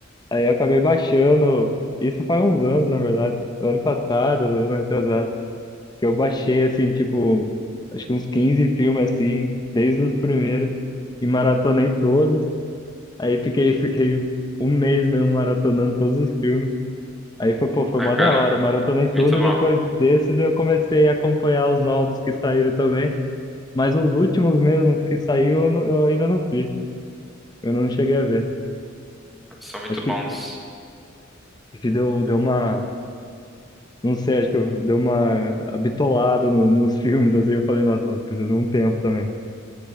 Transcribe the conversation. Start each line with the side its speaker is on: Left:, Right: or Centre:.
Left: Aí eu acabei baixando. Isso faz uns anos, na verdade. Ano passado, ano retrasado. Que eu baixei, assim, tipo, acho que uns 15 filmes assim, desde os primeiros. E maratonei todos. Aí fiquei, <laughs> fiquei um mês mesmo maratonando todos os filmes. Aí foi, pô, foi
Centre: Ah,
Left: uma
Centre: cara,
Left: da hora, maratonei tudo
Centre: muito
Left: e
Centre: bom.
Left: depois desses eu comecei a acompanhar os novos que saíram também. Mas os últimos mesmo que saiu, eu, não- eu ainda não vi. Eu não cheguei a ver.
Centre: São muito
Left: Acho
Centre: bons.
Left: que, que deu, deu uma. Não sei, acho que eu- deu uma bitolada no- nos <laughs> filmes, assim. Eu falei, nossa, eu preciso de um tempo também.